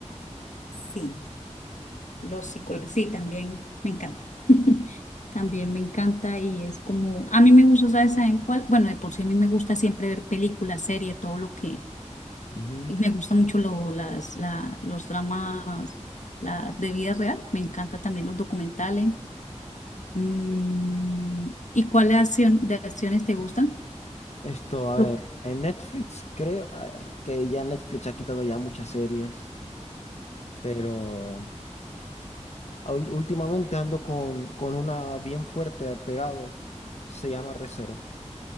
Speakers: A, on the left (about 85°); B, on the left (about 65°).
A: Sí, los psicólogos, sí, también me encanta. <laughs> También me encanta y es como, a mí me gusta, ¿sabes? ¿Saben cuál? Bueno, de por sí a mí me gusta siempre ver películas, series, todo lo que,
B: Ujú.
A: y me gusta mucho lo, las, la, los dramas, las de vida real, me encanta también los documentales. Mm, ¿y cuáles acción, de acciones te gustan?
B: Esto, a
A: Lucas.
B: ver, en Netflix creo, a ver, que ya Netflix ha quitado ya muchas series, pero a- ul- últimamente ando con, con una bien fuerte pegado, se llama Recero.